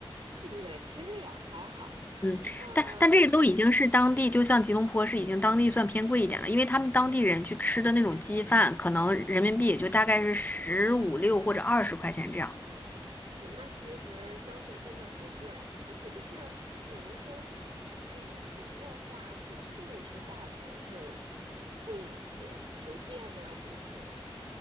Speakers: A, on the right (about 70°); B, on the left (about 20°).
A: 那也其实也还好。
B: 嗯，
A: 呃，
B: 但但这个都已经是当地，就像吉隆坡是已经当地算偏贵一点了，因为他们当地人去吃的那种鸡饭，可能人民币也就大概是十五六或者二十块钱这样。
A: 哦，那其实消费真的不贵。那是不是比如说旅行的话，住宿是大头就贵一些，酒店啊这些？